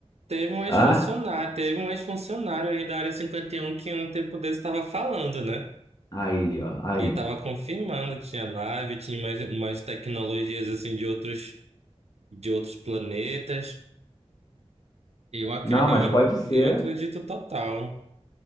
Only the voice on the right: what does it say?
Teve um ex-funcionário,
teve um ex-funcionário aí da Área cinquenta e um que um tempo desse estava falando, né?
Que estava confirmando tinha nave, tinha mais umas tecnologias assim de outros de outros planetas. Eu, acre,
eu, ac-
eu acredito total.